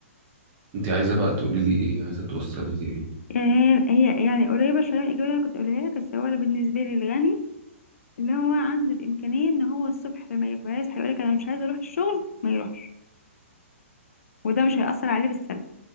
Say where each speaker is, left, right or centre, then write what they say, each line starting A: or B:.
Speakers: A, on the right (about 25°); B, on the left (about 85°).
A: أنت عايزة بقى تقولي لي إيه عايزة توصلي لي إيه
B: يعني هي هي يعني قريبة شوية من الإجابة اللي أنا كنت أقولها لك بس هو أنا بالنسبة لي الغني اللي هو عنده الإمكانية إن هو الصبح لما يبقى يصحى يقولك أنا مش عايز أروح الشغل ما يروحش وده مش هيأثر عليه بالسلب